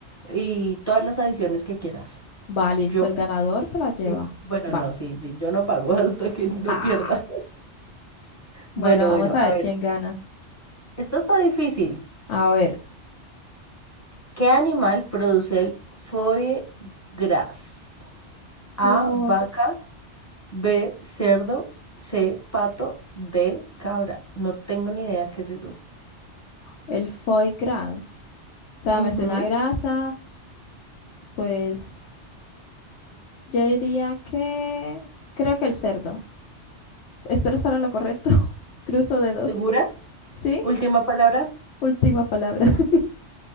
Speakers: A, on the left; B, on the left.
A: y todas las adiciones que quieras.
B: Va, listo,
A: Yo,
B: el ganador se la lleva.
A: sí, bueno, no,
B: Va.
A: sí, sí, yo no pago <laughs> hasta que no
B: Ah,
A: pierda.
B: bueno,
A: Bueno,
B: vamos
A: bueno,
B: a
A: a
B: ver
A: ver,
B: quién gana.
A: esto está difícil.
B: A ver.
A: ¿Qué animal produce el foie gras? A,
B: What?
A: vaca, B, cerdo, C, pato, D, cabra. No tengo ni idea qué es eso.
B: El foie gras. O sea,
A: Ujú.
B: me suena a grasa. Pues yo diría que... Creo que el cerdo. Espero estar en lo correcto. <laughs> Cruzo dedos.
A: ¿Segura?
B: ¿Sí?
A: Última palabra.
B: Última palabra. <laughs>